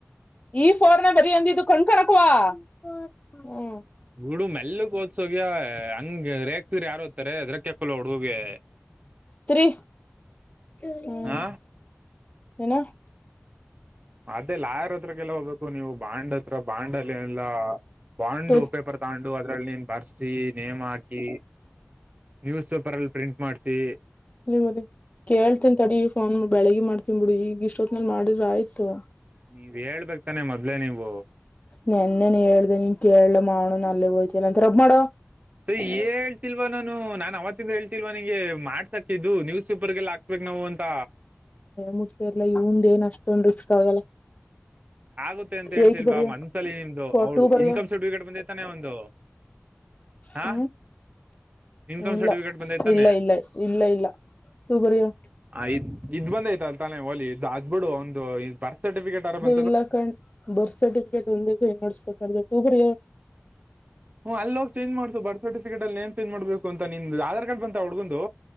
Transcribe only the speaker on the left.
ಈ ಫೋರ್ನ ಬರಿೀ ಅಂದಿದ್ದು ಕಣ್ಕಣಕ್ವಾ ಹ್ಮ್
ಸ್ೀ ಹ್ಮ
ಏನ
ಟು
ಹ ಮ ಕೇಳ್ತನ್ ತಡಿ ಈ ಫೋನ್ ಬೆಳಗ್ ಮಾಡ್ತೀನ್ಿ ಬಿಡು ಈಗ ಇಷ್ಟೊತ್ನಲ್ ಮಾಡಿದ್ರ ಆಯ್ತು
ನೆನ್ನೆನ್ ಹೇಳ್ದ ನೀನ್ ಕೇಳಲ ಮಾಡೋ ಅಲ್ಲೇ ಹೋ್ತಲ್ಲ ಅಂತಬ್ಬ ಮಾಡುವ
ಮುಗ್ತಾ ಇಲಾ ಇಂದ್ ಏನ್ ಅಷ್ಟೊಂದು್ ರಿಸ್ಕ್ ಆಗಲ್ಲ
ಏಟ್ ಬರಿಯೋ
ಫೋರ್
ಟೂ ಬರಿಯೋ
ಹ್ಮ್
ಇಲ್ಲ
ಇಲ್ಲ ಇಲ್ಲ ಇಲ್ಲ ಇಲ್ಲ ಟೂ ಬರಿಯೋ
ಇಲ್ಲಾ ಕ್ ಬರ್ತ್ ಸರ್ಟಿಫಿಕೇಟ್ ಒಂದೇ ನಡ್ಸ್ಬೇಕ್ರ ಸೂ್ರ